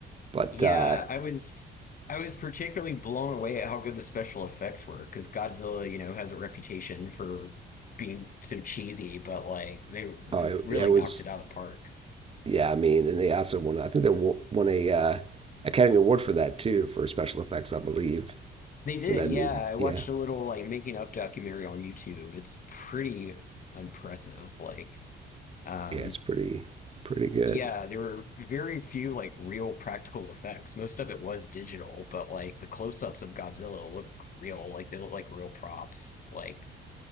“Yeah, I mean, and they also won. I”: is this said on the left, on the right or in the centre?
Right